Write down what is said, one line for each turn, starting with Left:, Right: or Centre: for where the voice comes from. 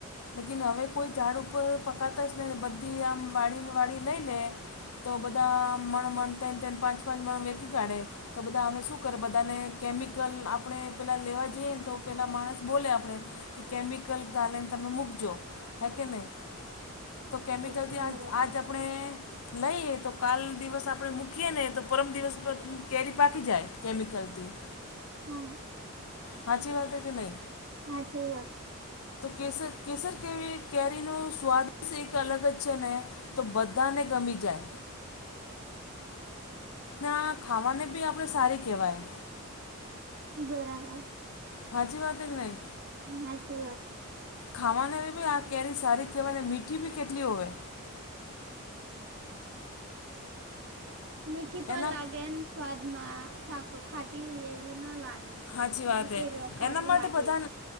Left: લેકીન હવે કોઈ ઝાડ ઉપર પકાતા જ ને બધી આમ વાડીને વાડી લઈલે તો બધા મણ મણ તન તન પાંચ પાંચ મણ વેચી કાઢે, તો બધા અમે શું કર બધાને કેમિકલ આપણે પેલા લેવા જઈએ ને તો પેલા માણસ બોલે આપણે. કેમિકલ ગાલેન તમે મૂકજો હે કે નહીં તો કેમિકલથી
Right: પછી બરાબર
Left: આ આજ આપણે, નઈ એ તો કાલ દિવસ આપણે મૂકીયે ને તો પરમ દિવસ કેરી પાકી જાય કેમિકલથી <inaudible>
Right: હમ્મ
Left: હાચી વાત હે કે નઈ
Right: હા છે વાત
Left: કેસર કેસર કેવી કેરીનો સ્વાદ એક અલગ જ છે ને, તો બધાને ગમી જાય, ના ખાવાને બી આપણે સારી કહેવાય.
Right: બરાબર
Left: હાચી વાત કે નહી,
Right: હાચી વાત
Left: ખાવાને ભી આ કેરી સારી કહેવાય મીઠી બી કેટલી હોય,
Right: મીઠી પણ
Left: એના
Right: લાગે સ્વાદમાં સાક ખાટી એવી ના લાગે
Left: સાચી
Right: બીજી
Left: વાત
Right: કેરીઓ
Left: હે
Right: ખાટી
Left: એના માટે
Right: લાગે
Left: બધા